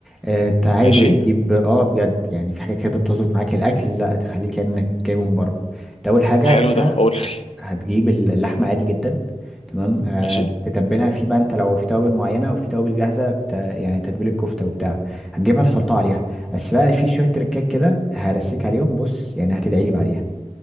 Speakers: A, in the centre; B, on the left (about 55°).
A: آه انت عادي
B: ماشي
A: بتجيب اه بجد يعني في حاجه كده بتظبط معاك الاكل لا تخليك كانك جايبه من بره انت اول حاجه
B: حلو
A: يا باشا
B: ده قول لي
A: هتجيب اللحمه عادي جدا تمام آه
B: ماشي
A: تتبلها في بقى انت لو في توابل معينه او في توابل جاهزه بت... يعني تتبيل الكفته وبتاع هتجيبها تحطها عليها بس بقى في شويه تركات كده هرسيك عليهم بص يعني هتدعي لي بعديها